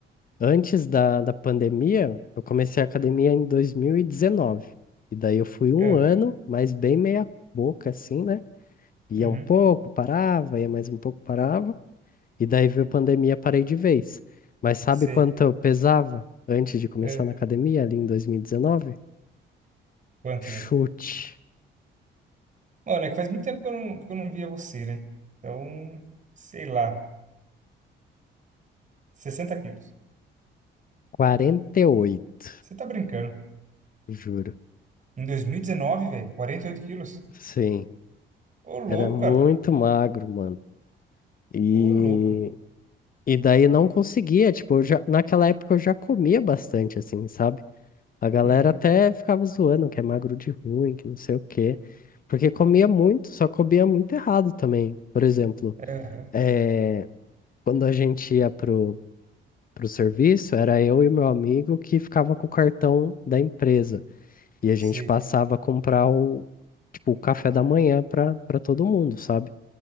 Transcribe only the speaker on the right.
É,
uhum,
sei.
É,
quanto,
velho? Mano, é que faz muito tempo que eu não, que eu não via você, né? Então, sei lá, 60 quilos.
Você tá brincando.
Em 2019, velho, 48 quilos.
Ô, louco,
cara.
Ô, louco.
Uhum.
Aham.
Sei.